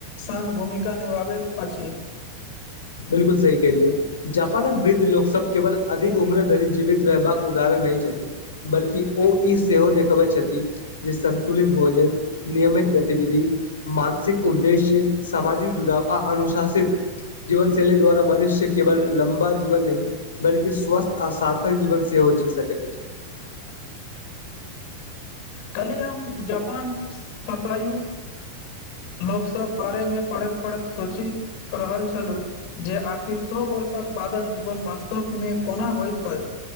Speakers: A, on the left; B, on the left.
A: संग भूमिका निभाबैत अछि
B: बिल्कुल सही कहलियो जापानक वृद्ध लोक सब केवल अधिक उम्र धरी जीवित रहबाक उदाहरण नहि छथि बल्कि ओ ई सेहो देखबै छथि जे संन्तुलित भोजन नियमित गतिविधि मानसिक उद्देश्य सामाजिक जुड़ाव आ अनुशासित जीवन शैली द्वारा मनुष्य केवल लम्बा जीवन नही बल्कि स्वस्थ्य आ सार्थक जीवन सेहो जी सकैत अछि
A: काल्हि हम जापान सतायु लोक सब बारेमे पढ़ैत पढ़ैत सोचि रहल छलु जे आखिर सो वर्षक बादक जीवन वास्तव मे कोना होयइत होइ